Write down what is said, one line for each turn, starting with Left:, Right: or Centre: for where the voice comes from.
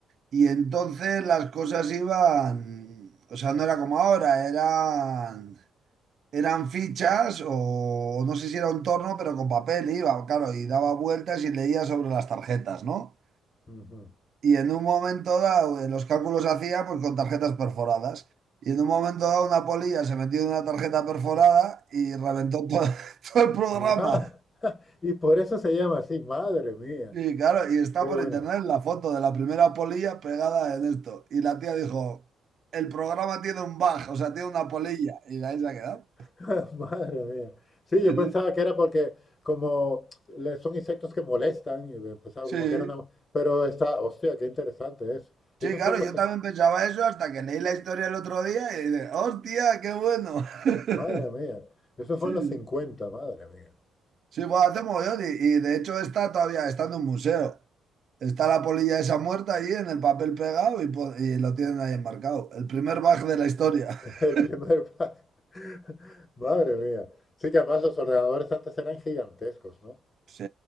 Right: y entonces las cosas iban, o sea, no era como ahora, eran Eran fichas o no sé si era un torno, pero con papel iba, claro, y daba vueltas y leía sobre las tarjetas, ¿no?
Left: ujú.
Right: Y en un momento dado, eh, los cálculos hacía pues con tarjetas perforadas. Y en un momento dado, una polilla se metió en una tarjeta perforada y reventó todo, <laughs> todo el programa.
Left: Ah. Y por eso se llama así, madre mía,
Right: Y claro, y está
Left: qué
Right: por
Left: bueno,
Right: internet la foto de la primera polilla pegada en esto. Y la tía dijo, el programa tiene un bug, o sea, tiene una polilla. Y ahí se ha quedado.
Left: <laughs> madre mía. Sí,
Right: <laughs>
Left: yo pensaba que era porque como le- son insectos que molestan y pensaba
Right: Sí,
Left: como
Right: sí.
Left: que era una... Pero está, hostia, qué interesante eso. Y
Right: Sí,
Left: eso
Right: claro,
Left: fue en los...
Right: yo
Left: cin-
Right: también pensaba eso hasta que leí la historia el otro día y dije, ¡hostia, qué bueno! <laughs>
Left: Madre mía, eso
Right: Sí,
Left: fue en los cincuenta madre mía.
Right: sí, bueno, hace mogollón y, y de hecho está todavía, está en un museo. Está la polilla esa muerta allí en el papel pegado y, po- y lo tienen ahí enmarcado. El primer bug de la historia.
Left: <laughs>
Right: <laughs>
Left: El primer pack, <laughs> madre mía. Sí que además los ordenadores antes eran gigantescos, ¿no?
Right: Sí,